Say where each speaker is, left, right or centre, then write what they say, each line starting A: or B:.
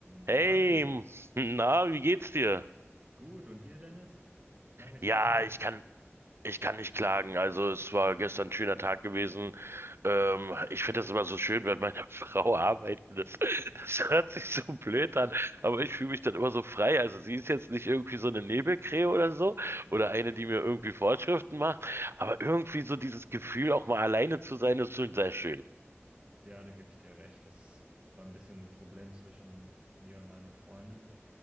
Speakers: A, on the right; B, on the right.
A: Hey,
B: Moin.
A: <laughs> na, wie geht's dir?
B: Gut, und dir, Dennis? Lang nicht
A: Ja,
B: gehört.
A: ich kann, ich kann nicht klagen. Also es war gestern ein schöner Tag gewesen. Ähm, ich finde das immer so schön, wenn meine <laughs> Frau arbeiten ist. <laughs> Das hört sich so blöd an, aber ich fühle mich dann immer so frei. Also sie ist jetzt nicht irgendwie so eine Nebelkrähe oder so
B: Mhm.
A: oder eine, die mir irgendwie Vorschriften macht, aber irgendwie so dieses Gefühl, auch mal alleine zu sein, ist schon sehr schön.
B: Ja, da gebe ich dir recht. Das war ein bisschen ein Problem zwischen mir und meiner Freundin,